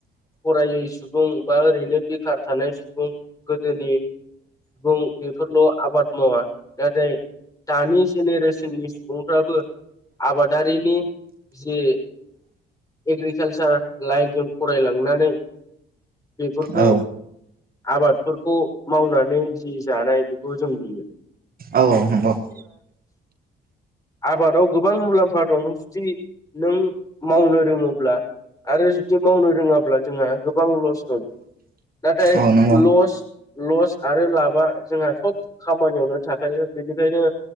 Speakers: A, on the left (about 15°); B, on the right (about 50°).
A: फरायै सुबुं बा ओरैनो बेखार थानाय सुबुं गोदोनि सुबुं बेफोरल आबाद मावा ना जाय दानि जेनेरेसननि सुबुंफ्राबो आबादारिनि जि <unintelligible> कालसार लाइनजों फरायलांनानै बेफोरखौ
B: औ
A: आबादफोरखौ मावनानै जि जानाय बेखौ जों मोनो
B: औ औ नंगौ <inaudible>
A: आबादाव गोबां मुलाम्फा दं जुदि नों मावनो रोंङोब्ला आरो जुदि मावनो रोंङाब्ला जोंहा गोबां लस दं नाथाय
B: औ नंगौ
A: लस लस आरो लाबा जोंहा सब खामानियावनो थाखायो बिनिखायनो